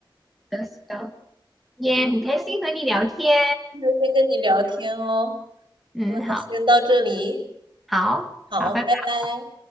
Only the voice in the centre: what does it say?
是的是的。也很开心和你聊天，
嗯，
好，好，
好，拜拜。